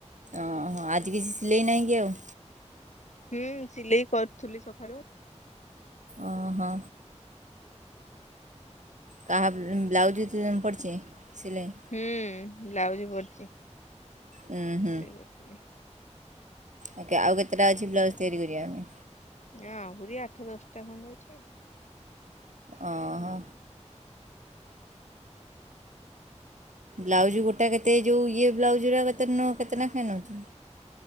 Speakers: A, on the right; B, on the left.
A: ଓହ ଆଜି କିଛି ସିଲେଇ ନାହିଁ କି ଆଉ?
B: ହୁଁ ସିଲେଇ କରୁଥୁଲି ସକାଳୁ।
A: ଓ ହୋ। କାହା ବ୍ଲାଉଜ ପଡ଼ଛି ସିଲେଇ
B: ହୁଁ ବ୍ଲାଉଜ ପଡିଛି।
A: ହୁଁ ହୁଁ।
B: ପଠେଇଲି
A: ଆଉ କେତେଟା ଅଛି ବ୍ଲାଉଜ୍ ତିରି କରିବା ପାଇଁ।
B: ନା ଆହୁରି ଆଠ ଦଶଟା ଖଣ୍ଡେ ଅଛି।
A: ଅ ହ ବ୍ଲାଉଜ୍ ଗୋଟା କେତେ ଯୋଉ ଇଏ ବ୍ଲାଉଜର କେତେ ନ କେତେ ନେଖା ନଉଛି।